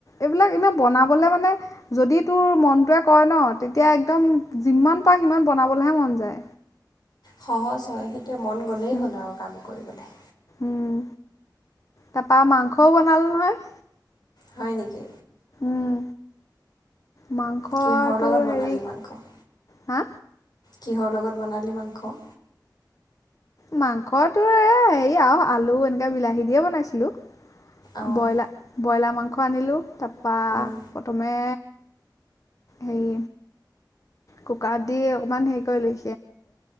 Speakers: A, on the left; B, on the left.
A: এইবিলাক এনে বনাবলে মানে যদি তোৰ মনটোৱে কয় ন' তেতিয়া একদম যিমান পায় সিমান বনাবলৈহে মন যায়।
B: সহজ হয়, সেইটোৱে মন গ'লেই
A: উম
B: হ'ল আৰু কাম কৰিবলে।
A: উম, তাৰাপা মাংসও বনালোঁ নহয়।
B: হয়, নেকি!
A: উম, মাংস।
B: কিহৰ
A: তোৰ
B: লগত বনালি
A: হেৰি
B: মাংস?
A: হা!
B: কিহৰ লগত বনালি মাংস?
A: মাংস তোৰ এ, হেৰি আৰু আলু এনেকে বিলাহী দিয়ে বনাইছিলোঁ,
B: অঁ
A: ব্ৰইলা। ব্ৰইলাৰ মাংস আনিলোঁ তাপা
B: উম
A: প্ৰথমে হেৰি কুকাৰত দি অকমান হেৰি কৰি